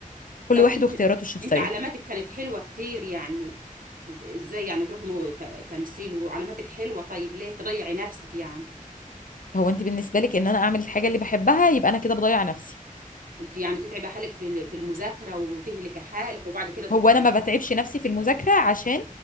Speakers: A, on the left (about 70°); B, on the right (about 75°).
A: كل
B: طب
A: واحد
B: انت
A: واختياراته الشخصيه
B: انت علاماتك كانت حلوة كتير يعني ازاي يعني تروح مو... ت... تمثيل وعلاماتك حلوة طيب ليه تضيعي نفسك يعني
A: هو انت بالنسبه لك ان انا اعمل الحاجه اللي بحبها يبقى انا كده بضيع نفسي
B: انت يعني تتعبي حالك في ال- في المذاكرة وتهلكي حالك وبعد كده تروحي
A: هو
B: تمثيل
A: انا ما بتعبش نفسي في المذاكره عشان